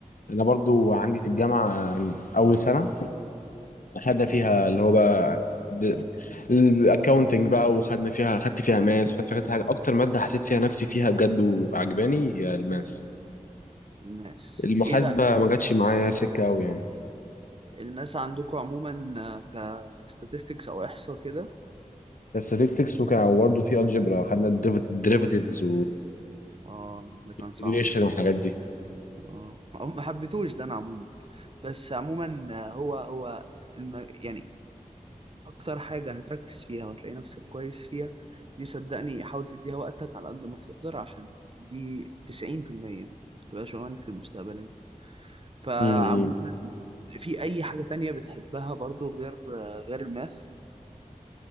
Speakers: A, on the left; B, on the right.
A: انا برضو عندي في الجامعه اول سنه خدنا فيها اللي هو بقى الاكونتنج بقى وخدنا فيها خدت فيها ماس وخدت فيها كذا حاجه اكتر ماده حسيت فيها نفسي فيها بجد وعجباني هي الماس
B: الناس
A: المحاسبه
B: ايه بقى في الناس
A: ما جاتش معايا سكه قوي يعني
B: الماس عندكم عموما آه، كستاتستكس او احصاء كده
A: الستاتستكس وكان برضه في الجبرا خدنا الديريفاتيفز
B: اه ده كان صعب
A: والريليشن
B: ده
A: والحاجات دي
B: اه ما حبيتوش ده انا عموما بس عموما آه، هو هو الم... يعني اكتر حاجة هتركز فيها وهتلاقي نفسك كويس فيها دي صدقني حاول تديها وقتك على قد ما تقدر عشان دي 90% بتبقى شغلانتك المستقبلية فعموما
A: م- م.
B: في اي حاجة تانية بتحبها برضو غير غير الماث